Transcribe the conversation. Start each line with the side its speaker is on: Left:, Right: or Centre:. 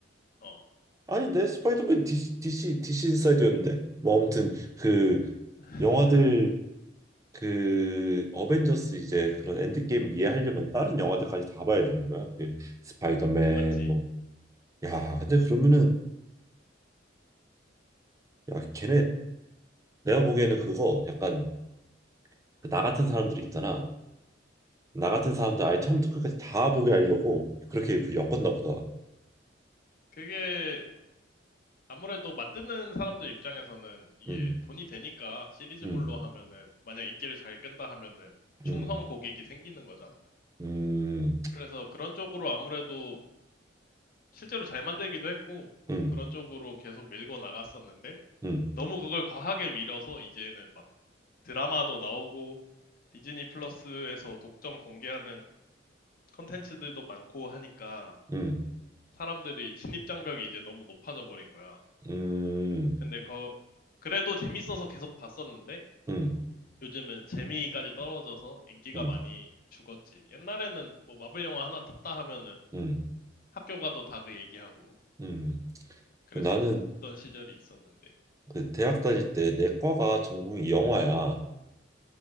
Left: 어.
Right: 아닌데 스파이더맨 DC 디 c 디 c 인사이드였는데 뭐 아무튼 그
Left: <laughs>
Right: 영화들 그 어벤져스 이제 그런 엔드게임 이해하려면 다른 영화들까지 다 봐야 되는 거야 그 스파이더맨
Left: 마- 맞지.
Right: 뭐 야 근데 그러면은 야 걔네 내가 보기에는 그거 약간 그나 같은 사람들이 있잖아 나 같은 사람들 아예 처음부터 끝까지 다 보게 하려고 그렇게 일부러 엮었나 보다
Left: 그게 아무래도 만드는 사람들 입장에서는 이게
Right: 음
Left: 돈이 되니까 시리즈물로
Right: 음,
Left: 하면은 만약 인기를 잘 끈다 하면은 충성
Right: 음,
Left: 고객이 생기는 거잖아.
Right: 음,
Left: 그래서 그런 쪽으로 아무래도 실제로 잘 만들기도 했고
Right: 음,
Left: 그런 쪽으로 계속 밀고 나갔었는데
Right: 음,
Left: 너무 그걸 과하게 밀어서 이제는 막 드라마도 나오고 디즈니 플러스에서 독점 공개하는 컨텐츠들도 많고 하니까
Right: 음,
Left: 사람들이 진입장벽이 이제 너무 높아져 버린 거야.
Right: 음,
Left: 근데 그, 그래도 재밌어서 계속 봤었는데
Right: 음,
Left: 요즘은 재미까지 떨어져서 인기가
Right: 음,
Left: 많이 죽었지. 옛날에는 뭐 마블 영화 하나 떴다 하면은
Right: 음,
Left: 학교 가도 다 그 얘기하고
Right: 음.
Left: 그랬었던
Right: 나는
Left: 시절이 있었는데.
Right: 그 대학 다닐 때 내 과가 전공이 영화야.